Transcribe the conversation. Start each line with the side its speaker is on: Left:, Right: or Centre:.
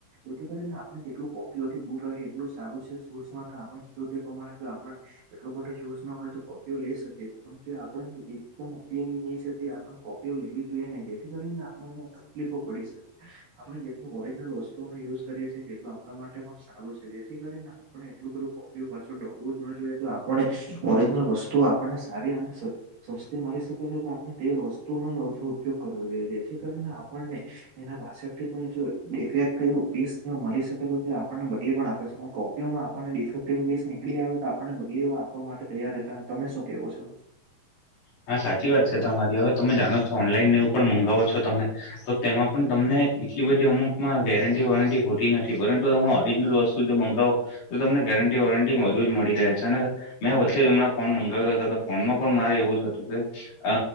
Right: એથી કરીને આપણે જેટલું કોપી ઓથી દુર રહે એટલું શુસ માં આપણ ને કીધું તે પ્રમાણે જો આપણો એટલો બધો યુઝ ન હોય તો લે શકીએ પણ જો આપણે એકદમ ઉપયોગી હોય છે તે આપણે કોપીઓ લેવી જોઈએ ને જે જેથી કરીને આપણને તકલીફો પડી શકે. આપણે જેટલુ ઓરિજનલ વસ્તુઓનો યુઝ કરીએે છીએ તેટલુ આપણા માટે પણ સારું છે, જેથી કરીને આપણે એટલું બધું ઉપયોગ પાછળ દોડવું જ ન જોઈએ, આપણે ઓરિજનલ વસ્તુઓ આપણને સારી અને સ સસ્તી મળી શકે છે, તો આપણે તે વસ્તુનો વધુ ઉપયોગ કરવો જોઈએ, જેથી કરીને આપણને એના પાછળથી કોઈ જો ડીફેકટીવ પીસ મળી શકે તો આપણને બદલી પણ આપે છે હું કો <unintelligible> ડિફેક્ટીવ પીસ નીકળી આવે તો આપણને બદલીઓ આપવા માટે તૈયાર હતા. તા તમે શું કેવો છો? <inaudible>
Left: હા સાચી વાત છે, તમારી હવે તમે જાણો છો, ઓનલાઈન ને એવું પણ મંગાવો છો તમે તો તેમાં પણ તમને એટલી બધી અમુકમાં ગેરંટી વોરંટી હોતી નથી પરંતુ તમે ઓરિજનલ વસ્તુ જો મંગાવો તો તમને ગેરંટી વોરંટી બધુ જ મળી રહે છે અને મેં વચ્ચે હમણાં ફોન મંગાવ્યો હતો તો ફોનમાં પણ મારે એવું જ હતું. કે અ